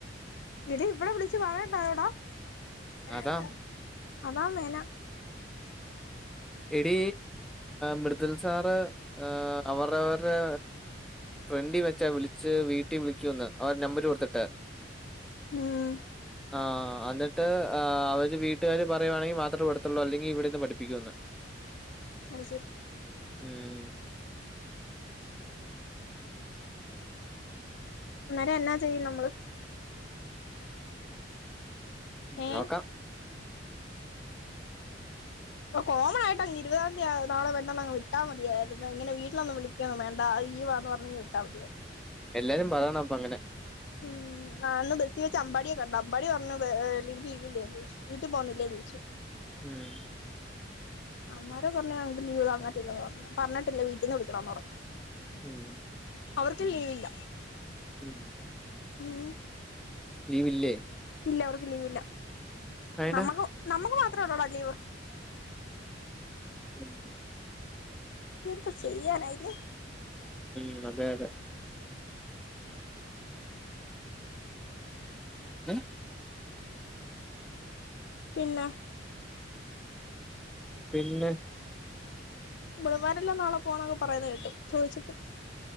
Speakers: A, on the left; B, in the centre.
A: വീട്ടിൽ ഇപ്പളേ വിളിച്ച് പറയണ്ടായോടാ വേഗം
B: അതാ
A: പറയ് അതാമെന
B: എടീ മൃദുൽ സാറ് അവരവരുടെ ഫ്രണ്ടി വെച്ചാ വിളിച്ച് വീട്ടി വിളിക്കുന്ന് അവര് നമ്പർ കൊടുത്തിട്ട്
A: ഉം
B: അ എന്നിട്ട് അവര് വീട്ടാര് പറയാണെങ്കിൽ മാത്രമേ വിടത്തൊള്ളു അല്ലെങ്കിൽ ഇവിടിരുന്ന് പഠിപ്പിക്കുമെന്ന്
A: അത് ശരി
B: ഉം
A: അന്നേരം എന്നാ ചെയ്യും നമ്മള് ഏ
B: നോക്കാം
A: ഓണായിട്ടങ്ങ് ഇരുപതാം തിയ്യതി അങ്ങ് വിട്ടാൽ മതിയായിരുന്നു വീട്ടിലൊന്നും വിളിക്കൊന്നും വേണ്ട ലീവാന്ന് പറഞ്ഞങ്ങ് വിട്ടാൽ മതിയായിരുന്നു
B: എല്ലാരും പറയണം അപ്പോ അങ്ങനെ
A: ഉം ഞാനിന്ന് ബസ്സിൽ വെച്ച് അമ്പാടിയെ കണ്ടു അമ്പാടി പറഞ്ഞു നിന്നക്ക് ലീവില്ലേ വീട്ടിൽ പോണില്ലേ എന്നു ചോദിച്ചു
B: ഉം
A: അമ്പാടി പറഞ്ഞു അവന് ലീവ് തന്നിട്ടില്ല എന്ന് പറഞ്ഞു പറഞ്ഞിട്ടില്ല വീട്ടിൽ നിന്ന് വിളിക്കണം എന്ന്
B: ഉം
A: അവർക്ക് ലീവ് ഇല്ല
B: <inaudible>
A: ഉം
B: ലീവില്ലേ
A: ഇല്ല അവർക്ക് ലീവ് ഇല്ല
B: അയെന്നാ?
A: നമക്കു നമുക്ക് വാ ഇത്രേള്ളോടാ ലീവ്
B: ഉം,
A: എന്തു ചെയ്യാനായി ന്
B: ഇം അതെയതെ ഉം,
A: പിന്നാ
B: പിന്നെ
A: ബൾമാരെല്ലാം നാളെ പോണംന്ന് പറയുന്ന കേട്ടു ചോയ്ച്ച്ട്ട്